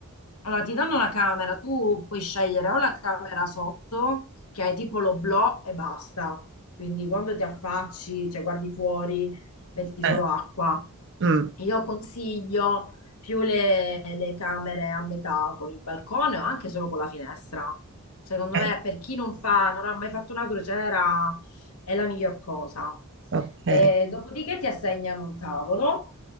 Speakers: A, on the left; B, on the right.
A: Allora, ti danno la camera, tu puoi scegliere o la camera sotto, che hai tipo l'oblò e basta. Quindi quando ti affacci, cioè guardi fuori, vedi
B: Eh,
A: solo acqua.
B: mm,
A: Io consiglio più le, le camere a metà con il balcone o anche solo con la finestra. Secondo
B: eh,
A: me, per chi non fa, non ha mai fatto una crociera, è la miglior cosa.
B: ok.
A: E dopodiché ti assegnano un tavolo,